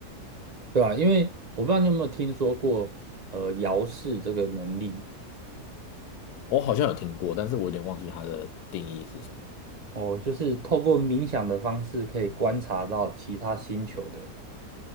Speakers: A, on the right; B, on the left.
A: 对吧？因为我不知道你有没有听说过，呃，遥视这个能力
B: 我好像有听过，但是我有点忘记它的定义是什么。
A: 哦，就是透过冥想的方式可以观察到其他星球的